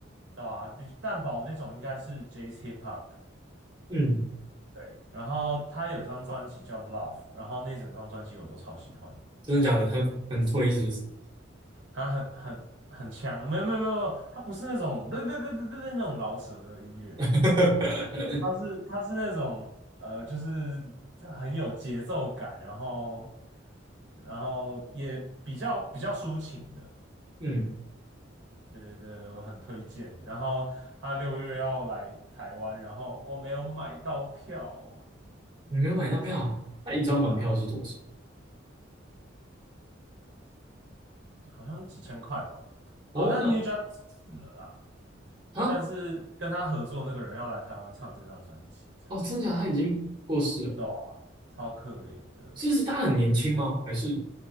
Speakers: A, on the right; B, on the right.
A: 对啊，比蛋堡那种应该是 Jazz Hip Hop，
B: 嗯，
A: 对。然后他有一张专辑叫《Love》，然后那整张专辑我都超喜欢的，
B: 真的假的？很很推是不是？
A: 他很很很强，没有没有没有，他不是那种不不不不不那种饶舌的音乐，
B: <laughs>
A: 他是他是那种呃，就是很有节奏感，然后然后也比较比较抒情的。
B: 嗯，
A: 对对对，我很推荐。然后他六月要来台湾，然后我没有买到票，
B: 你没有买到票啊，他一张门票是多少？
A: 对啊好像几千块吧。
B: 哦，
A: 哦，但
B: 那
A: New Jack 死了啦，
B: 啊，
A: 但是跟他合作那个人要来台湾唱这张专辑，这样
B: 哦，真的假的？他已经过世了，
A: 对啊超可怜的。
B: 是是他很年轻吗？还是